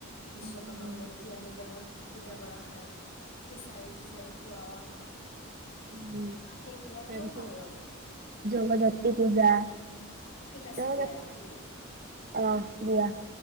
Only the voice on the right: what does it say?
উম
উম,
তাৰপিছত
জগজাতি পূজা,
জগজাত
অ', দিয়া। <inaudible>